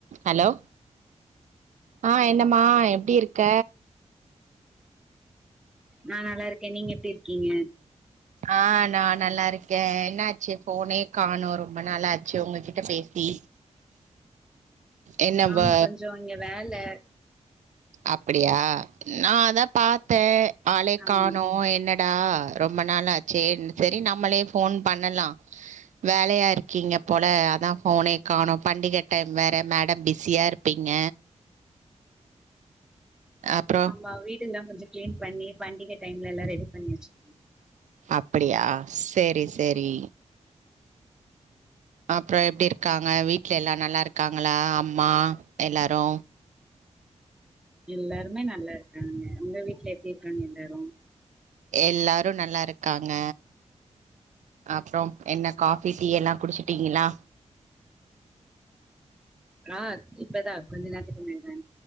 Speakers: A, on the right (about 80°); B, in the centre.
A: Hello ஆ என்னமா எப்டி இருக்க
B: நா நல்லாருக்கே நீங்க எப்டி இருக்கீங்க
A: ஆ நா நல்லா இருக்கே என்னாச்சி போனே காணோ ரொம்ப நாளாச்சி உங்ககிட்ட பேசி என்னம்ப
B: ஆமா கொஞ்சோ இங்க வேலே
A: அப்டியா நா அதா பாத்தே ஆளே
B: ஆமா
A: காணோ என்ன டா ரொம்ப நாளாச்சேன் செரி நம்மளே போன் பண்ணலா வேலையா இருக்கீங்க போல அதா போனே காணோ பண்டிக டைம் வேற மேடம் பிஸியாருப் பீங்க ஆப்றோ
B: மா வீடுல்லா கொஞ்சோ கிளீன் பண்ணி பண்டிகை டைம்லல ரெடி பண்ணி வச்சிரு
A: அப்டியா சேரி சேரி அப்றோ எப்டி இருக்காங்க வீட்ல எல்லா நல்லா இருக்காங்களா அம்மா எல்லாரூ
B: எல்லாருமே நல்லா இருக்காங்க உங்க வீட்ல எப்டி இருக்காங்க எல்லாரு
A: எல்லாரு நல்லா இருக்காங்க அப்றோம் என்ன காஃபி டீ எல்லா குடிச்சிட்டீங்களா
B: நா இப்பதா கொஞ்ச நேரத்துக்கு முன்னாடிதா